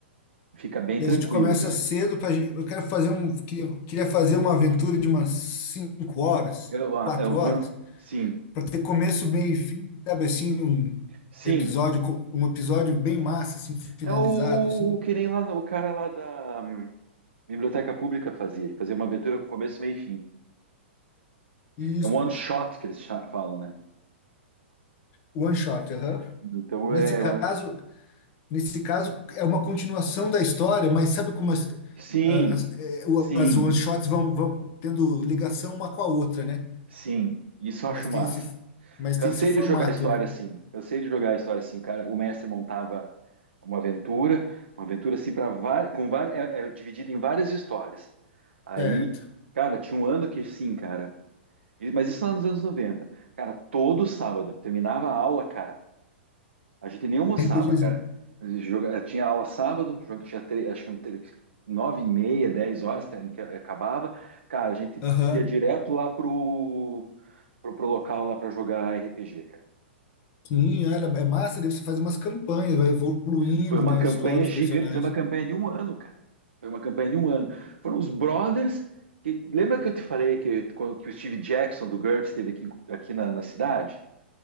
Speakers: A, on the right; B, on the left.
A: Fica bem
B: Daí
A: tranquilo,
B: a gente começa
A: cara.
B: cedo para eu quero fazer um queria, queria fazer uma aventura de umas 5 horas,
A: Eu, ah,
B: 4
A: eu,
B: horas,
A: sim,
B: para ter começo, meio e fim, sabe assim, um
A: sim.
B: episódio com- um episódio bem massa assim, finalizado
A: É o,
B: assim.
A: o que nem lá no- o cara lá da hum, Biblioteca Pública fazia. Ele fazia uma aventura com começo, meio e fim.
B: E Isso,
A: É um one shot que eles cha- falam, né?
B: one shot, aham.
A: Então
B: Nesse
A: é.
B: caso,
A: eu acho-
B: Nesse caso, é uma continuação da história, mas sabe como as,
A: Sim,
B: as, é, o-
A: sim,
B: as one-shots vão, vão tendo ligação uma com a outra, né?
A: sim. Isso
B: Mas
A: eu acho
B: tem
A: massa.
B: esse, mas
A: Cansei
B: tem esse formato,
A: de jogar história
B: né?
A: assim. Cansei de jogar história assim. O cara, o mestre montava uma aventura, uma aventura assim para várias, com várias, é, é dividida em várias histórias. Aí,
B: Certo.
A: cara, tinha um ano que sim, cara. E- Mas isso lá nos anos 90. Cara, todo sábado terminava a aula, cara. A gente nem almoçava,
B: RPGzinho.
A: cara. Joga- eh, Tinha aula sábado, jogo tinha tre- acho que um tre- nove e meia, dez horas tá, em que eh, acabava. Cara, a gente
B: Aham.
A: ia direto lá pro, pro, pro local lá para jogar RPG, cara.
B: Sim, era, é massa, daí você faz umas campanhas, vai evoluindo,
A: Foi uma
B: né?
A: campanha
B: A história, os
A: gigante,
B: personagens.
A: foi uma campanha de um ano, cara. Foi uma campanha de um ano. Foram os brothers que lembra que eu te falei que quando que o Steve Jackson do GURPS esteve aqui, em- aqui na, na cidade?